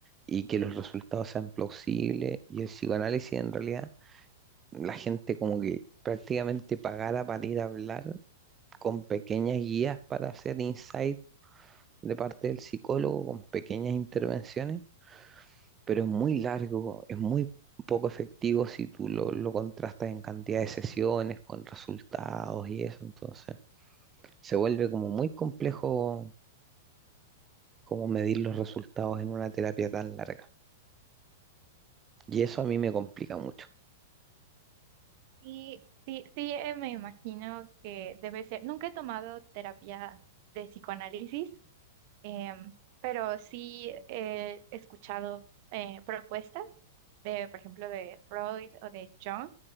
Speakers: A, on the right; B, on the right.
A: y que los resultados sean plausibles. Y el psicoanálisis en realidad, la gente como que prácticamente pagara para ir a hablar con pequeñas guías para hacer insight de parte del psicólogo, con pequeñas intervenciones pero es muy largo, es muy poco efectivo si tú lo, lo contrastas en cantidad de sesiones, con resultados y eso, entonces se vuelve como muy complejo como medir los resultados en una terapia tan larga. Y eso a mí me complica mucho.
B: Sí, sí, sí, eh, me imagino que debe ser. Nunca he tomado terapia de psicoanálisis, Em, pero sí he escuchado eh, propuestas de, por ejemplo, de Freud o de Jung,